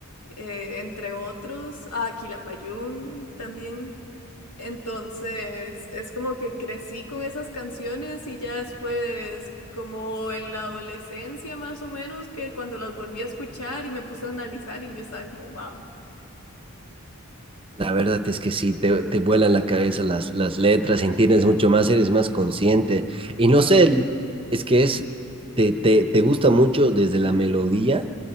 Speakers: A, on the left; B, on the right.
A: eh, entre otros, a Quilapayún también entonces, es como que crecí con esas canciones y ya después, como en la adolescencia más o menos, que cuando las volví a escuchar y me puse a analizar y yo estaba como, wow.
B: La verdad es que sí, te, te vuelan la cabeza las, las letras, entiendes mucho más, eres más consciente. Y no sé, el- es que es, te, te, te gusta mucho desde la melodía,